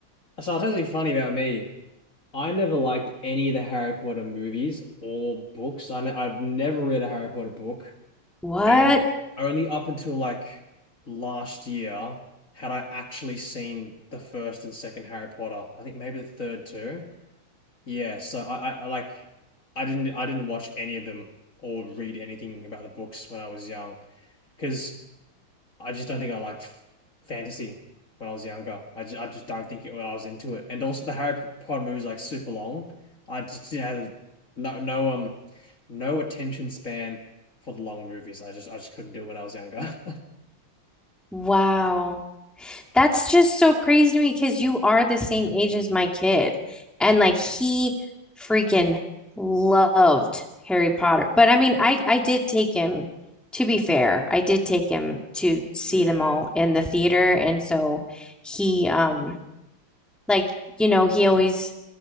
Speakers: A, on the left (about 40°); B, in the centre.
A: So I'll tell you something funny about me. I never liked any of the Harry Potter movies or books. I ne I've never read a Harry Potter book,
B: What?
A: and only up until like last year had I actually seen the first and second Harry Potter. I think maybe the third too. Yeah, so I, I, I like I didn't I didn't watch any of them or read anything about the books when I was young because I just don't think I liked f- fantasy when I was younger. I just, I just don't think it, I was into it. And also the Harry Potter movies like super long. I just didn't have the- no no um no attention span for the long movies. I just I just couldn't do it when I was younger. <laughs>
B: Wow. That's just so crazy to me because you are the same age as my kid. And like he freaking loved Harry Potter. But I mean, I I did take him, to be fair, I did take him to see
A: Yeah.
B: them all in the theater. And so he um Like, you know, he always